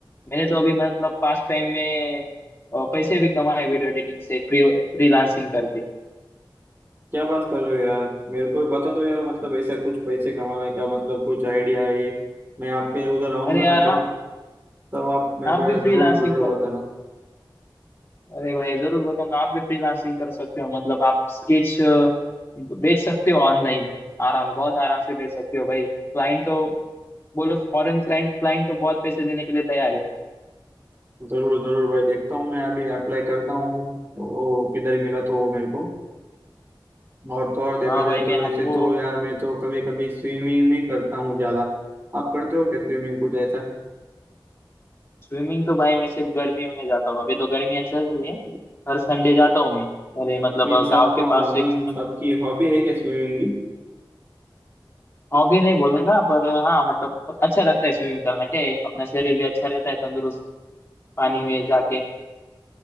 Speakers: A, on the left; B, on the right.
A: मैंने तो अभी मतलब पास्ट टाइम में अ, पैसे भी कमाए वीडियो एडिटिंग से फ्री फ्रीलांसिंग करके
B: क्या बात कर रहे हो यार मेरे को बता दो यार मतलब ऐसा कुछ पैसे कमाने का मतलब कुछ आइडिया है ये मैं आपके उधर आऊंगा
A: अरे यार
B: ना तब
A: आ,
B: तब आप मेरे
A: आप
B: को यार
A: भी फ्रीलांसिंग
B: जरूर जरूर बताना
A: अरे भाई जरूर बताऊंगा आप भी फ्रीलांसिंग कर सकते हो मतलब आप स्केच बेच सकते हो ऑनलाइन आराम बहुत आराम से बेच सकते हो भाई क्लाइंट तो बोलो फॉरेन क्लाइंट क्लाइंट तो बहुत पैसे देने के लिए तैयार है
B: जरूर जरूर भाई देखता हूँ मैं अभी अप्लाई करता हूँ वो किधर मिला तो वो मेरे को और तो और देखा
A: हाँ
B: जाए
A: भाई
B: तो
A: मैं
B: वैसे
A: आपको
B: तो यार मैं तो कभी कभी स्विमिंग भी करता हूँ ज्यादा आप करते हो क्या स्विमिंग कुछ ऐसा
A: स्विमिंग तो भाई मैं सिर्फ गर्मियों में जाता हूँ अभी तो गर्मियाँ चल रही है हर संडे जाता हूँ मैं मेरे मतलब
B: मीन्स
A: गांव
B: आपको
A: के पास एक
B: मीन्स आपकी हॉबी है क्या स्विमिंग
A: हॉबी नहीं बोलूंगा पर अ, हाँ मतलब अच्छा लगता है स्विमिंग करना क्या है अपना शरीर भी अच्छा रहता है तंदुरुस्त पानी में जाके